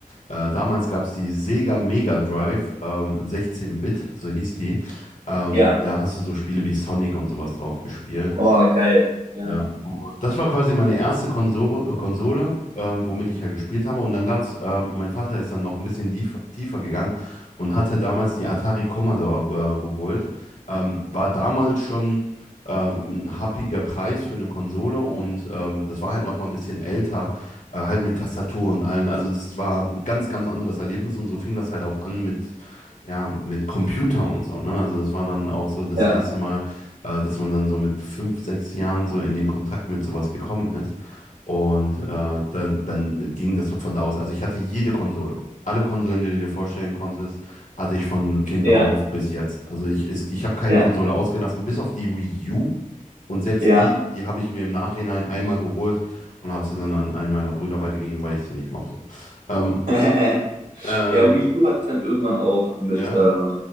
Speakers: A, on the left; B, on the right.
A: äh, damals gab es die Sega Mega Drive, ähm, 16-Bit, so hieß die. Ähm,
B: ja.
A: da hast du so Spiele wie Sonic und sowas drauf gespielt.
B: Oh, geil. Ja,
A: Ja, und das war quasi meine erste Konsole, äh, Konsole ähm, womit ich halt gespielt habe. Und dann gab's, ähm, mein Vater ist dann noch ein bisschen tief, tiefer gegangen und hatte damals die Atari Commodore äh, geholt. Ähm, war damals schon ähm, ein happiger Preis für eine Konsole und ähm, das war halt noch mal ein bisschen älter, äh, halt mit Tastatur und allen. Also das war ein ganz, ganz anderes Erlebnis und so fing das halt auch an mit, ja, mit Computer und so, ne? Also das war dann auch so das
B: ja,
A: erste Mal äh, dass man dann so mit fünf, sechs Jahren so in den Kontakt mit sowas gekommen ist. Und äh, da, dann ging das von da aus. Also ich hatte jede Konsole. Alle Konsolen, die du dir vorstellen konntest, hatte ich von Kind
B: ja,
A: auf bis jetzt. Also ich, es- ich habe keine
B: ja,
A: Konsole ausgelassen, bis auf die Wii U. Und selbst
B: ja.
A: die, die habe ich mir im Nachhinein einmal geholt und habe sie dann an einen meiner Brüder weitergegeben, weil ich sie nicht mochte. Ähm,
B: <laughs>
A: ähm,
B: Ja, Wii U hatte ich dann irgendwann auch mit
A: ja.
B: äh,